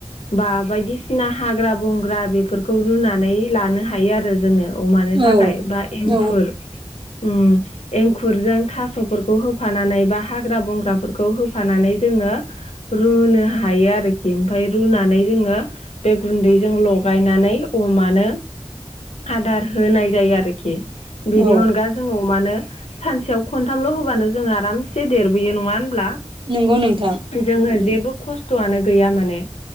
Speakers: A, on the left; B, on the right.
A: बा बायदिसिना हाग्रा बंग्रा बेफोरखौ रुनानै लानो हायो आरो जोङो। अमानो
B: औ
A: थाखाय बा एंखुर
B: औ
A: उम एंखुरजों थास'फोरखौ होफानानै बा हाग्रा बंग्राफोरखौ होफानानै जोङो रुनो हायो आरोखि ओमफाय रुनानै जोङो बे गुन्दैजों लगायनानै अमानो आदार होनाय जायो आरोखि बेनि
B: औ
A: अनगा जोङो अमानो सानसेयाव खनथामल' होबानो जों आरामसे देरबोयो नङा होनब्ला?
B: नंगौ नोंथां।
A: जोङो
B: औ
A: जेबो खस्थ'आनो गैया माने